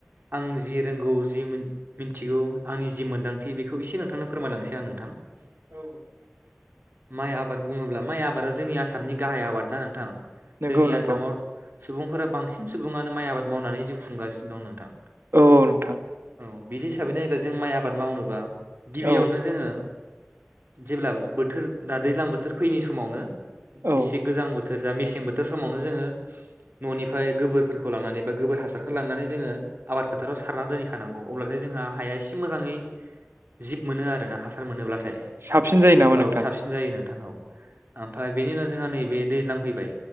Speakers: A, on the right; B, on the right.
A: आं जि रोंगौ जि मिथिगौ आंनि जि मोन्दांथि बेखौ एसे नोंथांनो फोरमायलांनोसै आं नोंथां औ माइ आबाद बुङोब्ला माइ आबादा जोंनि आसामनि गाहाय आबाद ना नोंथां
B: नंगौ
A: जोंनि
B: नंगौ
A: आसामाव सुबुंफोरा बांसिन सुबुङानो माइ आबाद मावनानै जिउ खुं गासिनो दं नोंथां
B: औ औ नोंथां
A: औ बिदि हिसाबै नायोब्ला जों माइ आबाद मावनोबा गिबियावनो
B: औ
A: जोङो जेब्ला बोथोर दा दैज्लां बोथोर फैयैनि समावनो
B: औ
A: एसे गोजां बोथोर जा मेसें बोथोर समावनो जोङो न'निफ्राय गोबोरफोरखौ लांनानै गोबोर हासारखौ लांनानै जोङो आबाद फोथाराव सारनानै दोनैखानौ अब्लाथाय जोंहा हाया एसे मोजाङै जिब मोनो आर ना हासार मोनोब्लाथाय
B: साबसिन जायो नामा
A: औ
B: नोंथां
A: साबसिन जायो नोंथां औ ओमफ्राय बेनि उनाव जोंहा नैबे दैज्लां फैबाय